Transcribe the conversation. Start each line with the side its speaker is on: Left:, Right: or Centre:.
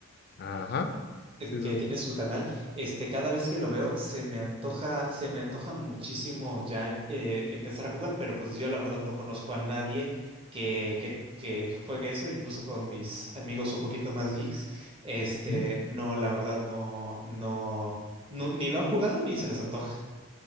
Left: Ajá.
Right: eh,
Left: Sí,
Right: que
Left: sí.
Right: tiene
Left: sí.
Right: su canal, este, cada vez que lo veo se me antoja, se me antoja muchísimo ya em- eh, empezar a jugar, pero pues yo la verdad no conozco a nadie que, que, que juegue eso, incluso con mis amigos un poquito más geeks, este,
Left: Ujú.
Right: no, la verdad no, no, no, ni lo han jugado ni se les antoja.